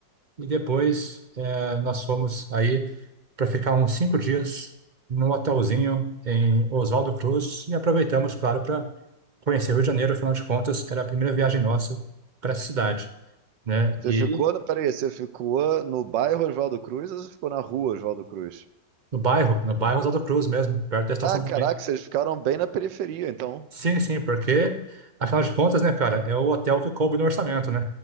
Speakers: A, on the right; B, on the right.
A: e depois eh, nós fomos aí para ficar uns cinco dias num hotelzinho em Oswaldo Cruz e aproveitamos, claro, para conhecer o Rio de Janeiro. Afinal de contas, era a primeira viagem nossa para essa cidade. né?
B: Você
A: E
B: ficou, no- peraí, você ficou no bairro Oswaldo Cruz ou você ficou na rua Oswaldo Cruz?
A: no bairro, no bairro Oswaldo Cruz mesmo, perto da estação
B: Ah, caraca,
A: do trem.
B: vocês ficaram bem na periferia, então.
A: Sim, sim, porque, afinal de contas, né, cara, é o hotel que coube no orçamento, né?